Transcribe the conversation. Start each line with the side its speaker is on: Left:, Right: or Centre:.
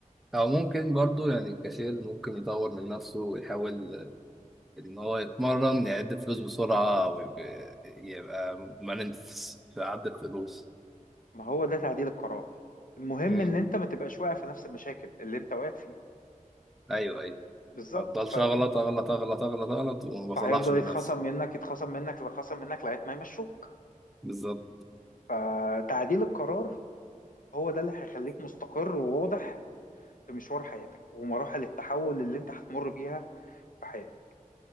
Centre: أو ممكن برضو يعني الكاشير ممكن يطور من نفسه ويحاول إن هو يتمرن يعد فلوس بسرعة ويبقى مرن في في عد الفلوس
Left: ما هو ده تعديل القرار المهم
Centre: مم.
Left: ان انت ما تبقاش واقع في نفس المشاكل اللي انت واقع فيها
Centre: أيوه أيوه
Left: بالظبط
Centre: ما أفضلش
Left: ف...
Centre: أغلط أغلط أغلط أغلط أغلط وما
Left: فهيفضل
Centre: بصلحش من
Left: يتخصم
Centre: نفسي
Left: منك يتخصم منك يتخصم منك لغايه ما يمشوك
Centre: بالظبط
Left: فتعديل القرار هو ده اللي هيخليك مستقر وواضح في مشوار حياتك ومراحل التحول اللي انت هتمر بيها في حياتك